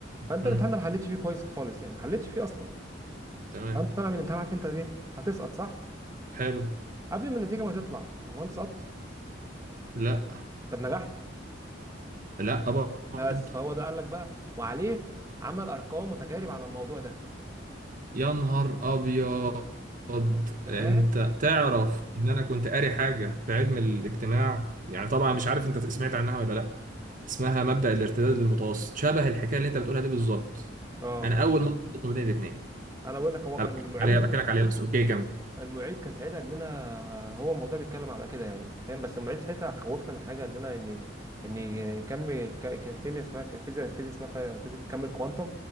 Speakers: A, on the right; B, on the right.
A: فانت
B: امم
A: الامتحان ده ما حلتش فيه كويس خالص يعني ما حلتش فيه اصلا
B: تمام
A: فانت طالع من الامتحان عارف انت ايه؟ هتسقط صح؟
B: حلو
A: قبل ما النتيجه ما تطلع هو انت سقطت؟
B: لا
A: طب نجحت؟
B: لا برضه
A: بس فهو ده قال لك بقى وعليه عمل ارقام وتجارب على الموضوع ده
B: يا نهار ابيض
A: انت
B: انت
A: فاهم؟
B: تعرف ان انا كنت قاري حاجه في علم الاجتماع يعني طبعا مش عارف انت سمعت عنها ولا لا اسمها مبدأ الارتداد المتوسط شبه الحكايه اللي انت بتقولها دي بالظبط
A: اه
B: انا اول مره شفت ما بين الاثنين
A: انا بقول لك هو
B: هبقى
A: كان المعيد
B: عليها- هبقى احكي لك عليها بس اوكي كمل
A: المعيد كان ساعتها قال لنا هو الموضوع بيتكلم على كده يعني انت فاهم بس المعيد ساعتها خوفنا من حاجه قال لنا ان ان نكمل ك- ك- كيمياء اسمها ك- فيزياء فيزياء اسمها ف- فيزياء تكمل كوانتم